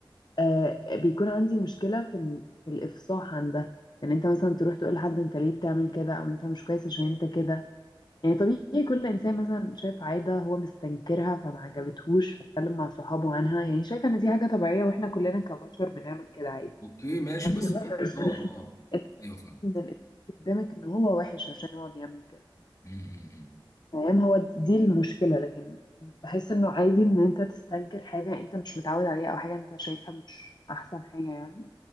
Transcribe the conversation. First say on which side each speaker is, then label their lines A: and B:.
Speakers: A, on the left; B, on the left.
A: آه بيكون عندي مشكلة في ال- في الافصاح عن ده يعني انت مثلا تروح تقول لحد انت ليه بتعمل كده او انت مش كويس عشان انت كده يعني طبيعي كل انسان مثلا شاف عاده هو مستنكرها فما عجبتهوش فاتكلم مع صحابه عنها يعني شايفه ان دي حاجه طبيعيه واحنا كلنا كبشر بنعمل كده عادي
B: اوكي ماشي
A: بس
B: بس
A: <laughs> بقى
B: في اه اه
A: إنت
B: ايوه فاهم
A: ان الانسان قدامك ان هو وحش عشان هو بيعمل كده
B: امم أمم، أمم.
A: فاهم هو دي المشكله لكن بحس انه عادي ان انت تستنكر حاجه انت مش متعود عليها او حاجه انت شايفها مش احسن حاجه يعني